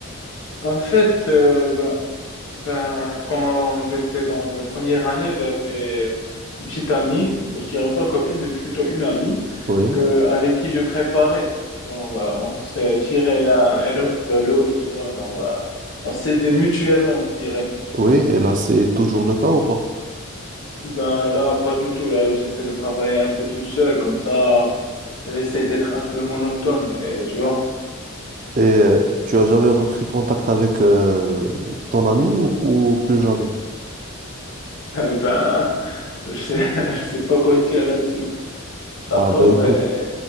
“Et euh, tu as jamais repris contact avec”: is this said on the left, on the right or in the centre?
Right